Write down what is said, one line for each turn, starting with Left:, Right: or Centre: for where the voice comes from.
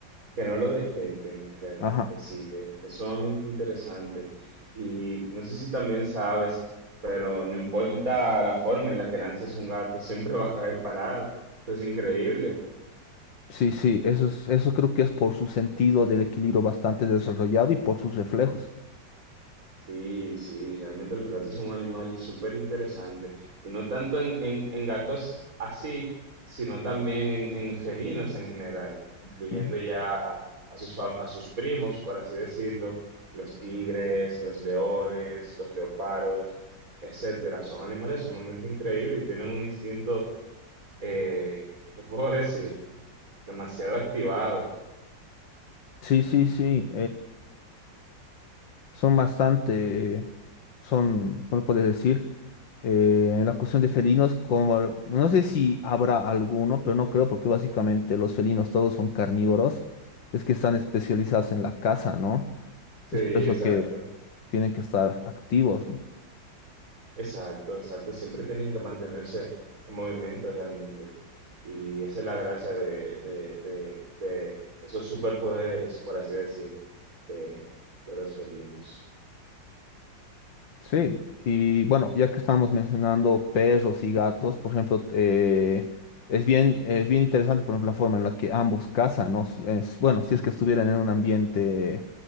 Right: Que no lo detecten realmente,
Left: Ajá.
Right: sí, eh, es sumamente interesante. Y no sé si también sabes, pero no importa la forma en la que lances un gato, siempre va a caer parado. Es increíble.
Left: Sí, sí, eso es, eso creo que es por su sentido del equilibrio bastante desarrollado y por sus reflejos.
Right: Sí, sí, realmente los gatos son un animal súper interesante. Y no tanto en, en- en gatos así, sino también en, en felinos en general, incluyendo
Left: Ujú.
Right: ya a, a sus, fam- a sus primos, por así decirlo, los tigres, los leones, los leopardos, etcétera. Son animales sumamente increíbles y tienen un instinto, eh, ¿qué te puedo decir? Demasiado activado.
Left: Sí, sí, sí. son bastante, son, ¿cómo lo puedes decir? Eh, en la cuestión de felinos, como, no sé si habrá alguno, pero no creo, porque básicamente los felinos todos son carnívoros, es que están especializados en la caza, ¿no?
Right: Sí,
Left: Es por eso
Right: exacto.
Left: que tienen que estar activos.
Right: Exacto, exacto. Siempre tienen que mantenerse en movimiento realmente. Y esa es la gracia de, de, de, de esos superpoderes, por así decir, de, de los felinos.
Left: Sí, y bueno, ya que estábamos mencionando perros y gatos, por ejemplo, eh, es bien, es bien interesante, por ejemplo, la forma en la que ambos cazan, ¿no? es- bueno, si es que estuvieran en un ambiente,